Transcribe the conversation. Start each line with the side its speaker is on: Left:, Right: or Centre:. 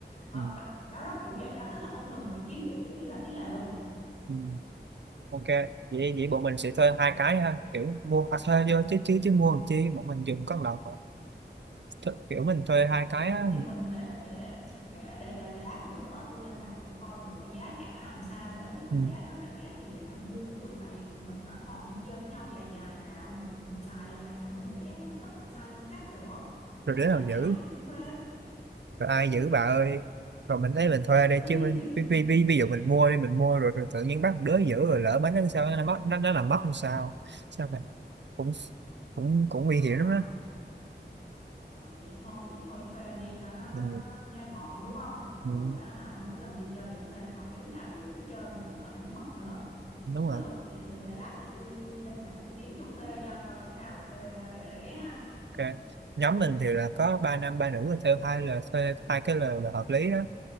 Left: Ờ,
Right: ừ.
Left: đó, đó đó kiểu vậy đó tức là không cần phải kín như là cái lều
Right: Ừ. ok vậy vậy bọn mình sẽ thuê hai cái ha kiểu mua à, thuê vô chứ chứ chứ mua làm chi bọn mình dùng có lộc mà Thu- kiểu mình thuê hai
Left: Ồ
Right: cái á.
Left: thì mình để để để để để, để lát nữa tôi lên mạng tôi coi thử coi giá cả nó làm sao nếu như mà
Right: Ừ.
Left: giá nó rẻ thì mình mua cũng được tại vì tụi mình nó còn đi chơi với nhau dài dài mà mình mình xài lần này xong mình để em mình cất mình xài lần khác nữa
Right: rồi
Left: nếu
Right: đứa nào
Left: mà giá
Right: giữ
Left: đắt thì tôi thuê
Right: rồi
Left: Ừ.
Right: ai giữ bà ơi rồi mình lấy mình thuê đây
Left: ui
Right: chứ mình,
Left: thì
Right: ví,
Left: chuyện
Right: ví, ví, ví dụ mình mua đi mình mua rồi, rồi tự nhiên bắt một đứa giữ rồi lỡ mấy nó sao nó mất nó nó làm mất làm sao sao mà cũng cũng cũng nguy
Left: à
Right: hiểm lắm á
Left: À, vậy thôi vậy thôi thuê đi cho nó nó
Right: ừ,
Left: nó, nó nghe gọn đúng không rồi
Right: ừ,
Left: á, hả mỗi lần đi chơi thì thuê khỏi biết đứa nào giữ hết trơn rồi lỡ để mất nữa thì
Right: đúng
Left: cũng
Right: rồi
Left: được Vậy để, để lát nữa tôi tôi lên mạng tôi kiếm chỗ thuê cho coi chỗ nào thuê rẻ rẻ ha
Right: ok nhóm mình thì là có ba nam ba nữ là thuê hai là thuê hai cái lều là hợp lý đó